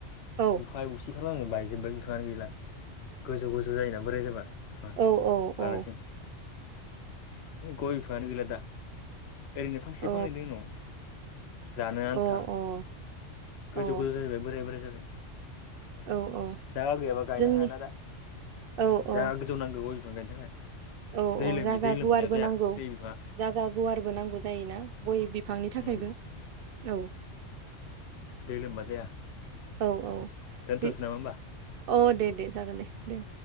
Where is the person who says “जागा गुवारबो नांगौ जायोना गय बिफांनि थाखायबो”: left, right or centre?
Right